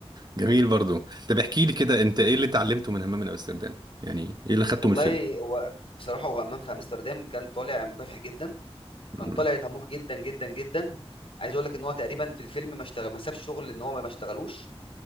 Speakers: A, on the right (about 40°); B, on the left (about 60°).
A: جميل برضو طب احكي لي كده انت ايه اللي اتعلمته من همام من امستردام يعني ايه اللي خدته
B: والله
A: من الفيلم
B: هو بصراحة هو همام في أمستردام كان طالع مكافح جدا
A: مم.
B: كان طالع طموح جدا جدا جدا عايز اقول لك ان هو تقريبا في الفيلم ما اشتغل ما سابش شغل ان هو ما ما اشتغلوش